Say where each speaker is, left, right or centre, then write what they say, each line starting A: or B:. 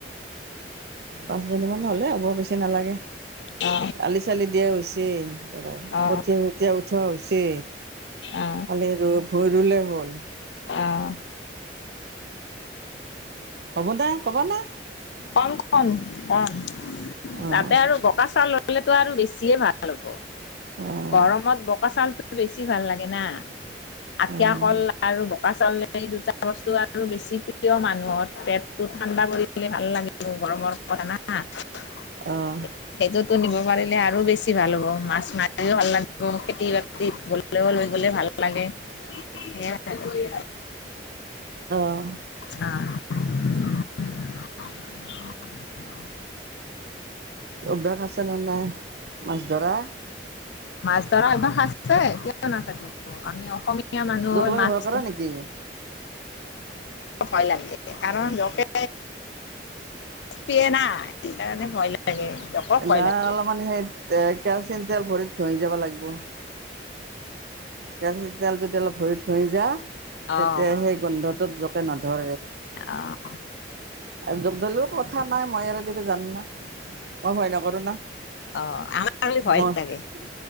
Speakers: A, on the right; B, on the left.
A: পাঁচজনীমান হলেৰ বেছি নালাগে
B: অ
A: আলি চালি দিয়া হৈছে কঠীয়া
B: অ
A: চঠিয়াই উঠোৱা হৈছে
B: অ
A: কালি ভই ৰুলে হ'ল।
B: অহ
A: হ'ব দে ক'বা নে
B: কম কম কম
A: অঁ
B: তাতে আৰু বকা চাউল ললে তটো আৰু বেছিয়ে ভাল হ'ব
A: অঁ
B: গৰমত বোকা চাউলটো বেছি ভাল লাগে না আঠিয়া
A: অঁ
B: কল আৰু বোকা চাউল সেই দুটা বস্তু আৰু বেছি প্ৰিয় মানুহৰ পেটটো ঠাণ্ডা পৰিলে ভাল লাগিব গৰমৰ <unintelligible>
A: অঁ
B: এযোতোনিব পাৰিলে আৰু বেছি ভাল হ'ব মছ ভাল লাগ খেতি বাতিত গলেও লৈ গলে ভাল লাগে সেই
A: অঁ
B: আহ <unintelligible>
A: অভ্যাস আছে নে নাই মাছ ধৰা
B: মাছ ধৰা একবাৰ সছে কিয় নাথাকে আমি অসমীয়া মানুহ
A: জোকলামী
B: মাছশ
A: ভয় কৰা নেকি?
B: ভয় লাগে কাৰণ লোকে পিয়ে নাই সেইকাৰণে ভয় লাগে জকক ভয়
A: ধা
B: লাগে।
A: অলপমান সেই এ কেৰাচিয়ম তেল ভৰিত ঘৰি যাব লাগিব কেৰা তেল যদি অলপ ভৰিত ঘঁহি যা
B: অ',
A: তেতিয়া সেই গোন্ধটোত প ন
B: অ',
A: ধ ধলোও কথা নাই মইাৰ িব যান ন মই ভয় নকৰো না
B: অ', আমাৰ ভয়
A: মই
B: লাগে